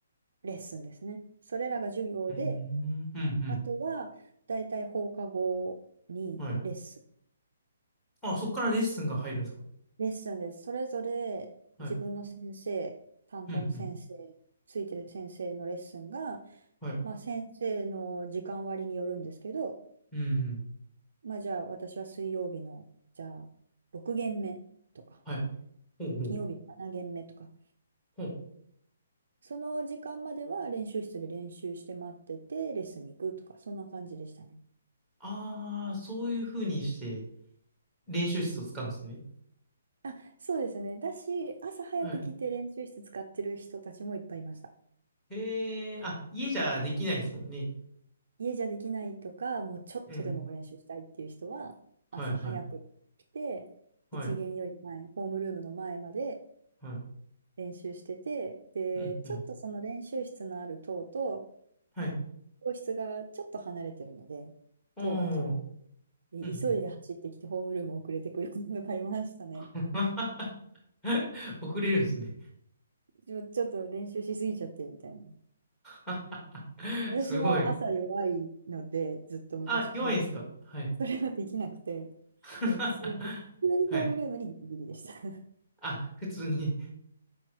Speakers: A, on the right; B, in the centre.
A: レッスンですね。それらが授業で、
B: ーん、うん、うん、
A: あとは大体放課後にレッスン。
B: はい。あ、そっからレッスンが入るんですか
A: レッスンです。それぞれ自分の先生、
B: はい、
A: 担当の先生、
B: うん、うん、
A: ついてる先生のレッスンが、
B: はい、
A: まあ、先生の時間割によるんですけど、
B: うん。
A: まあ、じゃあ私は水曜日の、じゃあ6限目とか。
B: はい。ほうほう、
A: 金曜日7限目とか、
B: ほう。
A: その時間までは練習室で練習して待ってて、レッスンに行くとか、そんな感じでしたね。
B: ああ、そういう風にして練習室を使うんですね。
A: あ、そうですね。だし、朝早く来て練習室使ってる人たちもいっぱいいました。
B: はい。ええ、あ、家じゃできないですもんね。
A: 家じゃできないとか、もうちょっとでも練習したいっていう人は、
B: うん。はい、
A: 朝早く来て、
B: はい、はい、
A: 一限より前、ホームルームの前まで
B: はい。
A: 練習してて、で、
B: うん、うん。
A: ちょっとその練習室のある棟と、
B: はい。
A: 教室がちょっと離れてるので、
B: お
A: 棟が違う。
B: ー、
A: で急いで走ってきてホームルーム遅れてくるのがいましたね。
B: うん、うん。<laughs> 遅れるんですね。
A: ちょ、ちょっと練習しすぎちゃってみたいな。
B: <laughs>
A: 私は朝弱いので、
B: すごい。
A: ずっと昔から。
B: あ、弱いんですかはい。
A: それはできなくて、
B: <laughs>
A: もう普通に、普通にホームルームにギリギリでした。
B: はい。あ、普通に